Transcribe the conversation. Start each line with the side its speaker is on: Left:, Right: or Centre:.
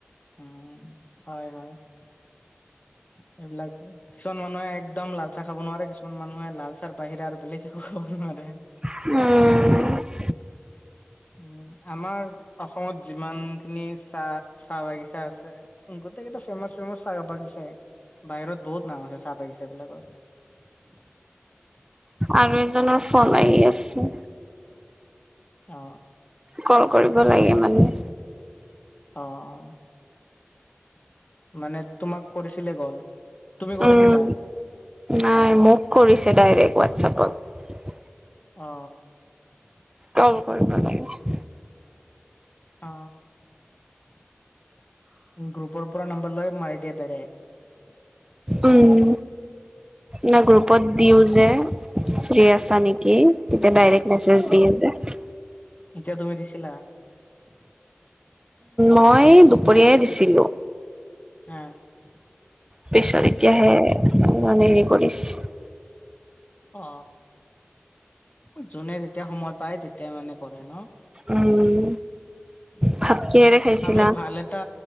Left: উম, হয় হয়। এইবিলাক কিছুমান মানুহে একদম লালচাহ খাব নোৱাৰে কিছুমান মানুহে লালচাহৰ বাহিৰে আৰু বেলেগ একো খাব নোৱাৰে।
Right: উম
Left: হম, আমাৰ অসমত যিমান খিনি চাহ চাহ বাগিচা আছে গোটেইকেইটা ফেমাচ, ফেমাচ চাহ বাগিচাই। বাহিৰত বহুত নাম আছে চাহ বাগিচা বিলাকৰ।
Right: আৰু এজনৰ ফোন আহি আছে।
Left: অ অ।
Right: কল কৰিব লাগে মানে।
Left: অ মানে তোমাক কৰিছিলে ক'ল তুমি কৰিছিলা?
Right: উম নাই মোক কৰিছে ডাইৰেক্ট হোৱাটছএপত।
Left: অ।
Right: কল কৰিব লাগিব।
Left: অ। গ্ৰুপৰ পৰা নাম্বাৰ লৈ মাৰি দিয়ে ডাইৰেক্ট।
Right: উম না গ্ৰুপত
Left: অ',
Right: দিও যে। ফ্ৰী আছা নেকি তেতিয়া ডাইৰেক্ট মেসেজ
Left: অ',
Right: দিয়ে যে।
Left: এতিয়া তুমি দিছিলা?
Right: মই দুপৰীয়াই দিছিলোঁ।
Left: আ।
Right: পিছত এতিয়াহে মানে হেৰি কৰিছে।
Left: অ যোনে যেতিয়া সময় পায় তেতিয়াই মানে কৰে ন?
Right: উম। ভাত কিহেৰে খাইছিলা?
Left: আমি ভাল এটা